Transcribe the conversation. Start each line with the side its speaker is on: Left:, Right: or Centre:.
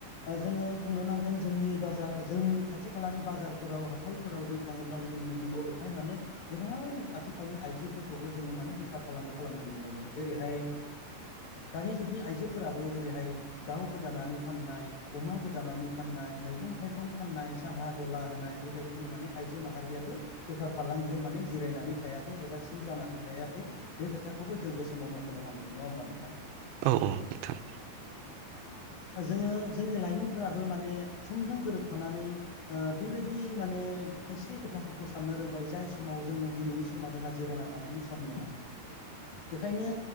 Left: ओ जोंङो बुंनो नांगोन जोंनि बाजार जोंनि खाथि खालानि बाजारफोराव हाथायफोराव जों थाङोब्ला जों नुनो मोनो बेवहाय माने गोबां आथिखालनि आइजोफोरखौबो जोंङो माने बेफार फालांगि खालामनाय नुनो मोनो जेरैहाय दानि जुगनि आइजोफोराबो जेरैहाय दाउ गोदानानै फाननाय अमा गोदानानै फाननाय नाय मैगं थाइगं फाननाय साहा गला होनाय बेबायदिनो माने आइजो माहारियाबो बेफार फालांगियाव माने जिरायनानै थायाखै एबा सिं जानानै थायाखै बे खोथा बखौबो जों बे समाव मख'नो नांगोन नंङा होमबा नोंथां?
Right: औ औ नोंथां
Left: जोंङो जोंनि लाइमोनफोराबो माने समजों गोरोबफानानै ओ बेबायदियै माने खायसे खोथाफोरखौ साननो रोंबाय जाय समाव जोंङो दिनैनि समा जोंहा जिरायना थानायनि सम नंङा बेखायनो